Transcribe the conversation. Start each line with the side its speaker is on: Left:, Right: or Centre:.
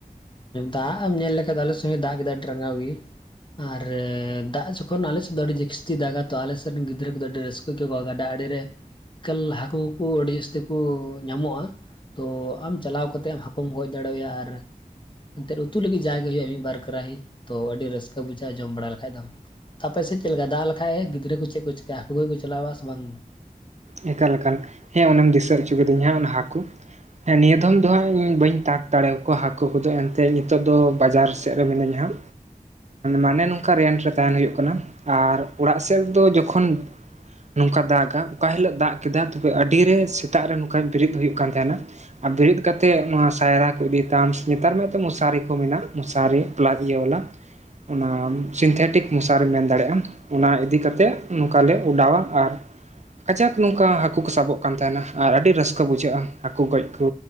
Left: ᱫᱟᱜ ᱮᱢ ᱧᱮᱞ ᱞᱮᱠᱷᱟᱭ ᱫᱚ ᱟᱞᱮ ᱥᱮᱦᱚᱭ ᱫᱟᱜ ᱜᱮᱫᱟ ᱟᱹᱰᱤ ᱨᱟᱸᱜᱟᱣ ᱜᱮ ᱟᱨ᱾ ᱫᱟᱜ ᱡᱚᱠᱷᱚᱱ ᱟᱞᱮᱥᱮᱫ ᱫᱚ ᱟᱹᱰᱤ ᱡᱟᱹᱥᱛᱤ ᱫᱟᱜᱟ ᱛᱚ ᱟᱞᱮᱥᱮᱫ ᱨᱮᱱ ᱜᱤᱫᱽᱨᱟᱹ ᱠᱚᱫᱚ ᱟᱹᱰᱤ ᱨᱟᱹᱥᱠᱟᱹ ᱜᱮ ᱜᱟᱰᱟ ᱟᱲᱮ ᱨᱮ᱾ ᱠᱟᱹᱞ ᱦᱟᱹᱠᱩ ᱠᱩᱠᱩ ᱟᱹᱰᱤ ᱡᱟᱹᱥᱛᱤ ᱠᱚ ᱧᱟᱢᱚᱜᱼᱟ᱾ ᱛᱚ ᱟᱢ ᱪᱟᱞᱟᱣ ᱠᱟᱛᱮ ᱦᱟᱠᱩᱢ ᱜᱚᱡ ᱫᱟᱲᱮᱣᱟᱭᱟ ᱟᱨ᱾ ᱮᱱᱛᱮ ᱩᱛᱩ ᱞᱟᱹᱜᱤᱫ ᱡᱟᱭᱜᱮ ᱦᱩᱭᱩᱜᱼᱟ ᱢᱤᱫᱵᱟᱨ ᱠᱟᱨᱟᱦᱤ ᱛᱚ ᱟᱹᱰᱤ ᱨᱟᱹᱥᱠᱟᱹ ᱵᱩᱡᱷᱟᱹᱜᱼᱟ ᱡᱚᱢ ᱵᱟᱲᱟ ᱞᱮᱠᱷᱟᱭ ᱫᱚᱢ᱾ ᱟᱯᱮ ᱥᱮᱡ ᱪᱮᱞᱠᱟ ᱫᱟᱜ ᱞᱮᱠᱷᱟᱭᱼᱮ ᱜᱤᱫᱽᱨᱟᱹ ᱠᱚ ᱪᱮ ᱠᱚ ᱪᱤᱠᱟᱭᱟ ᱦᱟᱹᱠᱩ ᱜᱚᱭ ᱠᱚ ᱪᱟᱞᱟᱜᱼᱟ ᱵᱟ ᱥᱮ ᱵᱟᱝ?
Right: ᱮᱠᱟᱞ ᱞᱮᱠᱟᱱ ᱦᱮᱸ ᱚᱱᱮᱢ ᱫᱤᱥᱟᱹ ᱦᱚᱪᱚ ᱠᱤᱫᱤᱧ ᱦᱟᱸᱜ ᱚᱱᱟ ᱦᱟᱹᱠᱩ᱾ ᱦᱮᱸ ᱱᱤᱭᱟᱹ ᱫᱚᱢ ᱫᱚ ᱦᱟᱸᱜ ᱤᱧ ᱵᱟᱹᱧ ᱛᱟᱸᱠ ᱫᱟᱲᱮᱭᱟᱠᱚᱣᱟ ᱦᱟᱹᱠᱩ ᱠᱚᱫᱚ ᱮᱱ ᱛᱮ ᱱᱤᱛᱚᱜ ᱫᱚ ᱵᱟᱡᱟᱨ ᱥᱮᱫ ᱨᱮ ᱢᱤᱱᱟᱹᱧ ᱦᱟᱜ ᱢᱟᱱᱮ ᱱᱚᱝᱠᱟ ᱨᱮᱨᱴ ᱨᱮ᱾ ᱛᱟᱦᱮᱱ ᱦᱩᱭᱩᱜ ᱠᱟᱱᱟ ᱟᱨ ᱚᱲᱟᱜ ᱥᱮᱫᱚ ᱡᱚᱠᱷᱚᱱ ᱱᱚᱝᱠᱟ ᱫᱟᱜᱟ᱾ ᱚᱠᱟ ᱦᱤᱞᱳᱜ ᱫᱟᱜ ᱠᱮᱫᱟ ᱛᱚᱵᱮ ᱟᱹᱰᱤᱨᱮ ᱥᱮᱛᱟᱜ ᱨᱮ ᱱᱚᱝᱠᱟ ᱵᱮᱨᱮᱫ ᱦᱩᱭᱩᱜ ᱠᱟᱱ ᱛᱟᱦᱮᱱᱟ᱾ ᱟᱨ ᱵᱮᱨᱮᱫ ᱠᱟᱛᱮ ᱱᱚᱣᱟ ᱥᱟᱭᱨᱟ ᱠᱚ ᱤᱫᱤ ᱛᱟᱢ ᱥᱮ ᱱᱮᱛᱟᱨ ᱢᱟ ᱛᱚ ᱢᱚᱥᱟᱨᱤ ᱠᱚ ᱢᱮᱱᱟᱜᱼᱟ ᱢᱚᱥᱟᱨᱤ᱾ <unintelligible> ᱤᱭᱟᱹ ᱵᱟᱞᱟ ᱚᱱᱟ ᱥᱤᱱᱛᱷᱮᱴᱤᱠ ᱢᱚᱥᱟᱨᱤ ᱢᱮᱱ ᱫᱟᱲᱮᱭᱟᱜᱼᱟ ᱚᱱᱟ ᱤᱫᱤ ᱠᱟᱛᱮ᱾ ᱱᱚᱝᱠᱟ ᱞᱮ ᱚᱰᱟᱣᱟ ᱟᱨ ᱠᱟᱡᱟᱠ ᱱᱚᱝᱠᱟ ᱦᱟᱹᱠᱩ ᱠᱚ ᱥᱟᱵᱚᱜ ᱠᱟᱱ ᱛᱟᱦᱮᱱᱟ᱾ ᱟᱨ ᱟᱹᱰᱤ ᱨᱟᱹᱥᱠᱟᱹ ᱵᱩᱡᱷᱟᱹᱜᱼᱟ ᱦᱟᱹᱠᱩ ᱜᱚᱡ ᱠᱚ